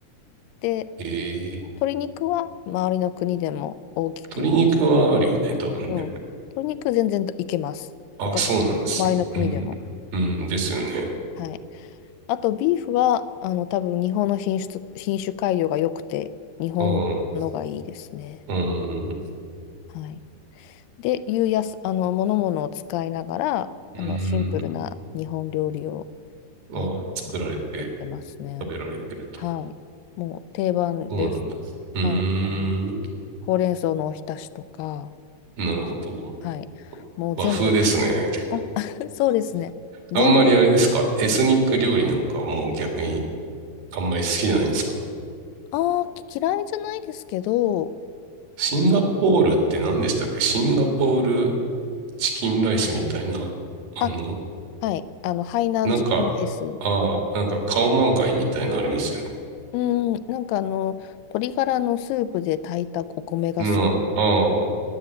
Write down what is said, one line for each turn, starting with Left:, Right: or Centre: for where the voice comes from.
Left: で、
Right: ええ
Left: 鶏肉は周りの国でも大きく、
Right: 鶏肉はあるよね、
Left: 大きく
Right: 多分ね。
Left: うん。鶏肉全然いけます。
Right: あ、
Left: 他の周りの国でも。
Right: そうなんですね。うん。うん、
Left: うん
Right: ですよね。
Left: はい。あと、ビーフは、あの、多分日本の品質、品種改良が良くて、日本のがいいですね。
Right: ああ、うん、
Left: はい。で、いうやす、あの、ものものを使いながら、
Right: うん。
Left: あの、シンプルな日本料理を、
Right: ああ、
Left: あの、
Right: 作られて、
Left: 売ってますね。
Right: 食べられてると。
Left: はい。もう定番です。
Right: そうなんだ。うーん、
Left: はい、あの、ほうれん草のおひたしとか、
Right: なるほど。
Left: はい、もう全部、
Right: 和風ですね、結構。
Left: あ、<laughs> そうですね、全部、
Right: あんまりあれですか、エスニック料理なんかもう逆にあんまり好きじゃないんですか。
Left: ああ、き嫌いじゃないですけど、
Right: シンガポールって何でしたっけシンガポールチキンライスみたいな、あの、
Left: あ、はい、あの、ハイナンチキンライス、
Right: なんか、ああ、なんかカオマンガイみたいのありますよね。
Left: うん、なんかあの、鶏ガラのスープで炊いたお米がする、
Right: なあ、あ